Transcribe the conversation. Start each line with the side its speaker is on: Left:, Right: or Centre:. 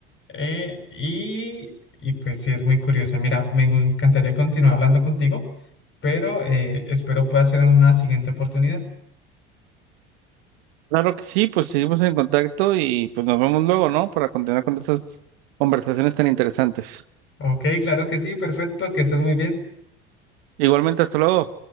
Left: eh, y, y pues sí, es muy curiosa. Mira, me encantaría continuar hablando contigo, pero eh, espero pueda ser en una siguiente oportunidad.
Right: Claro que sí, pues seguimos en contacto y pues nos vemos luego, ¿no? Para continuar con estas Conversaciones tan interesantes.
Left: Ok, claro que sí, perfecto, que estés muy bien.
Right: Igualmente, hasta luego.